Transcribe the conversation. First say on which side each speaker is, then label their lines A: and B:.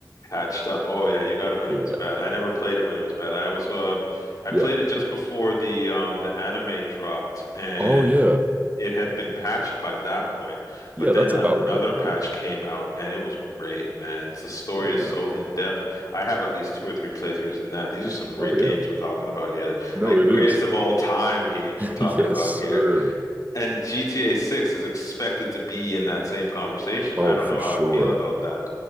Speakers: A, on the left; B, on the right.
A: patched up. Oh yeah, you got it when
B: Yeah.
A: it was bad. I never played it when it was bad. I was um I
B: Yeah.
A: played it just before the um the anime dropped and
B: Oh yeah.
A: it had been patched by that point,
B: Yeah,
A: but then
B: that's
A: another
B: about where I played
A: patch
B: it.
A: came out and it was great, man. It's, the story
B: Oh
A: is
B: yeah.
A: so in depth. I have at least two or three playthroughs in that. These are some great
B: Oh yeah.
A: games we're talking about here.
B: No,
A: Like
B: it
A: greatest
B: is.
A: of all time games
B: <laughs>
A: we're talking
B: Yes,
A: about
B: sir.
A: here. And GTA 6 is expected to be in that same conversation.
B: Oh,
A: I don't
B: for
A: know
B: sure.
A: how I feel about that.